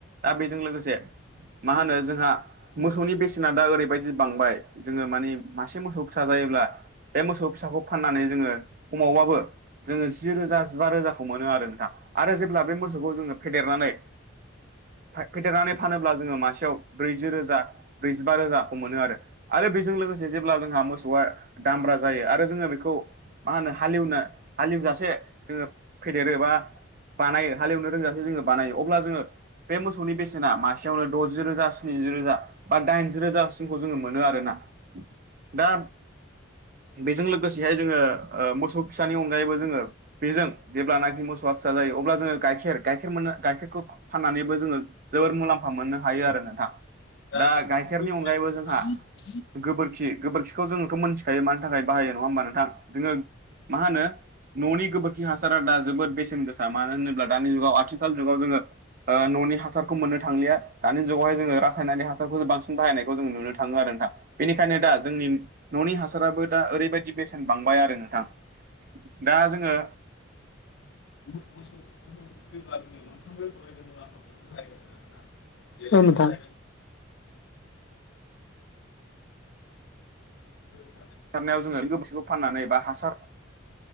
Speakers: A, on the right; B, on the left.
A: दा बेजों लोगोसे मा होनो जोंहा
B: नोंथां
A: मोसौनि बेसेना दा ओरैबायदि बांबाय जोङो मानि मासे मोसौ फिसा जायोब्ला बे मोसौ फिसाखौ फाननानै जोङो खमावबाबो जोङो जि रोजा जिबा रोजा खौ मोनो आरो नोंथाङा आरो जेब्ला बे मोसौखौ जोङो फेदेरनानै फा फेदेरनानै फानोब्ला जोङो मासेयाव ब्रैजि रोजा ब्रैजिबा रोजाखौ मोनो आरो। आरो बेजों लोगोसे जेब्ला जोंहा मोसौआ दामब्रा जायो आरो जोङो बेखौ मा होनो हालेवनो हालेवजासे जोङो फेदेरो बा बानायो हालेवनो रोंजासे जोङो बानायो अब्ला जोङो बे मोसौनि बेसेना मासेयावनो द'जि रोजा स्निजि रोजा। बा दाइनजि रोजासिमखौ जोङो मोनो आरो ना दा बेजों लोगोसेहाय जोङो ओ मोसौ फिसानि अनगायैबो जोङो बेजों जेब्ला नाखि मोसौआ फिसा जायो अब्ला जोङो गाइखेर गाइखेर मोननो गाइखेरखौ फाननानैबो जोङो जोबोद मुलाम्फा मोननो हायो आरो नोंथां।
B: <unintelligible>
A: दा गाइखेरनि अनगायैबो जोंहा गोबोरखि गोबोरखिखौ जोङोथ' मोनथिखायो मानि थाखाय बाहायो नङा होमबा नोंथां जोङो मा होनो न'नि गोबोरखि हास सारा दा जोबोर बेसे गोसा मानो होनोब्ला दानि जुगाव आथिखाल जुगाव जोङो ओ न'नि हासार खौ मोननो थांलिया दानि जुगावहाय जोङो रासायनारि हासारखौ सो बांसिन बाहायनायखौ जों नुनो थां थाङो आरो नोंथां बेनिखायनो दा जोंनि न'नि हासाराबो दा ओरैबायदि बेसेन बांबाय आरो नोंथां। दा जोङो
B: <inaudible> औ नोथां। <inaudible>
A: <unintelligible> जोङो <unintelligible> फाननानै बा हासार